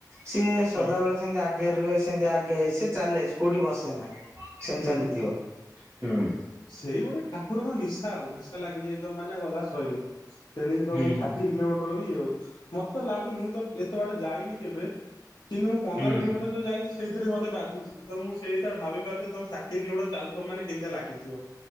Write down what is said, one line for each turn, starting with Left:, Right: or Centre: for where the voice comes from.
Right: ସିଏ ସଦାବେଳେ
Left: ହଁ
Right: ସେମିତି ଆଗରେ ରୁହେ ସେମିତି ଆଗେ ସେ ଚାଲି କୋଉଠି ବସେନା ସେମତି
Left: ହୁଁ
Right: ଚାଲିଥିବ।
Left: ହୁଁ
Right: ହୁଁ।
Left: ସେଇ ଗୋଟେ ଠାକୁରଙ୍କ ନିଶା ଆଉ ନିଶା ଲାଗିଯାଇ ଥବ ମାନେ ଗଲା ଶଇଲ। ତେଣିକି ତମକୁ
Right: ହୁଁ
Left: ଷାଠିଏ କିଲୋମିଟର ର କି ଆଉ ମତେ ଲାଗୁନି ମୁଁ ତ ଏତେ ବାଟ ଯାଇନି କେବେ କିନ୍ତୁ ମୁଁ ପନ୍ଦର
Right: ହଁ
Left: କିଲୋମିଟର ଯଉ ଯାଇଛି ସେଇଥିରେ ମତେ ବାଧିଛି ତ ମୁଁ ସେଇହିସାବରେ ଭାବି ପାରୁଥିବି ତମେ ଷାଠିଏ କିଲୋମିଟର ଚାଲୁଥିବ ମାନେ କେମତି ଲାଗି ଥିବ